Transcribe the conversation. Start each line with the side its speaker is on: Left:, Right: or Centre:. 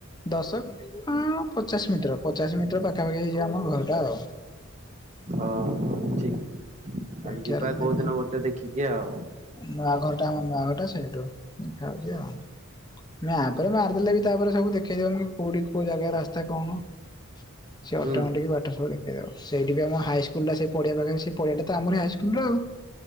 Left: ଦଶ, ହୁଁ ପଚାଶ ମିଟର ପଚାଶ ମିଟର ପାଖାପାଖି ହେଇଯିବ ଆମ ଘରଟା ଆଉ।
Right: ଅ ହ ଠିକି ତାହଲେ
Left: ଏଠି
Right: ଯିବା
Left: ଆଡେ
Right: କୋଉଦିନ
Left: ଦେଖ
Right: ଗୋଟେ ଦେଖିକି ଆଉ।
Left: ନୂଆ ଘର ଟା ଆମ ନୂଆଘର ଟା ସେଇଠୁ ଦେଖାଉଚି ଆଉ। ମାପ୍ ମାରିଦେଲେ ବି ତାପରେ ସବୁ ଦେଖେଇ ଦବନି କୋଉଠି କୋଉ ଜାଗା ରାସ୍ତା କଣ? ସେ ଅଟୋମେଟିକ
Right: ହୁଁ
Left: ବାଟ ସବୁ ଦେଖେଇଦବ ସେଇଠି ବି ଆମ ହାଇସ୍କୁଲୁ, ସେ ପଡିଆ ପାଖରେ ସେ ପଡିଆ ତ ଆମରି ହାଇସ୍କୁଲ ଟା ଆଉ